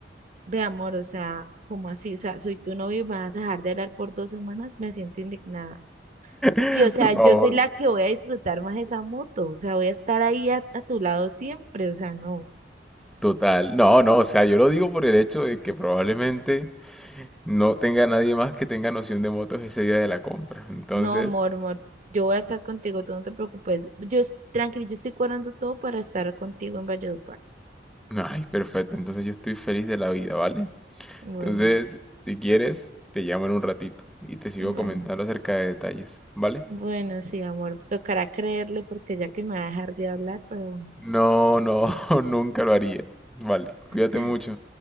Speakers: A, on the right; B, in the centre.
A: Ve, amor, o sea, como así? O sea, soy tu novio y vas a dejar de hablar por dos semanas, me siento indignada.
B: <laughs>
A: Y o sea,
B: Por
A: yo
B: favor.
A: soy la que voy a disfrutar más esa moto, o sea, voy a estar ahí a, a tu lado siempre, o sea, no,
B: Total, no, no, o sea, yo lo digo por el hecho de que probablemente no tenga nadie más que tenga noción de motos ese día de la compra. Entonces,
A: no, amor, amor, yo voy a estar contigo, tú no te preocupes, yo, es- tranquilo, yo estoy cuadrando todo para estar contigo en Valledupar.
B: ay, perfecto, entonces yo estoy feliz de la vida, ¿vale?
A: Bueno,
B: Entonces, si quieres, te llamo en un ratito y te sigo
A: bueno,
B: comentando acerca de detalles, ¿vale?
A: bueno, sí, amor, tocará creerle porque ya que me va a dejar de hablar, pero
B: No, no, <laughs> nunca lo haría, ¿vale? Cuídate
A: bueno.
B: mucho.